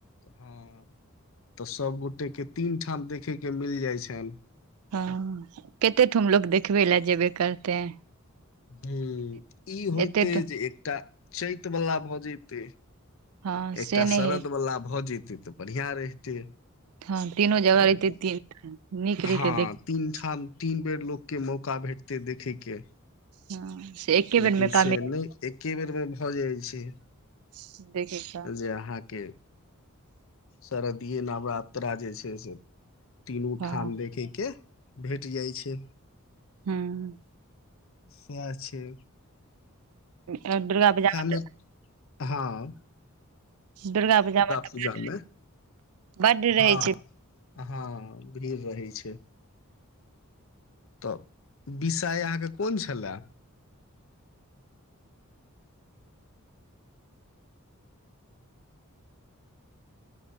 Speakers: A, on the left; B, on the right.
A: हँ तऽ सबगोटे के तीन ठाम देखेके मिल जाइ छनि।
B: हँ कते ठम लोग देखबे लए जेबे करते है।
A: ह ई होइत
B: एते
A: जे एकटा। चैत बला भऽ जतै।
B: हँ
A: एकटा
B: से नहि
A: शरदवला
B: हय
A: भजीत। तऽ बढियां रहिते।
B: हँ तीनो जगह
A: लेकिन
B: रहितै तीन नीक
A: हँ
B: रहितै देख।
A: तीन ठाम तीन बेर लोकके मौका भेटतै देखैके।
B: हाँ, से एके
A: लेकिन
B: बेर मे काम
A: से नहि एके बेर मे भऽ जाइ छै।
B: देखे के
A: जे अहाँके। त दिय नवरात्रा जे छै से। तीनूठाम
B: हँ
A: देखैके। भेट जाइ छै।
B: हूँ
A: स छै। से।
B: ह दुर्गा बजार में
A: मे
B: त।
A: हँ
B: दुर्गा पूजामेब
A: पूजा मे
B: बड्ड
A: हँ
B: रहै छै।
A: हँ भीड़ रहै छै। तऽ विषय अहाँके कोन छलए।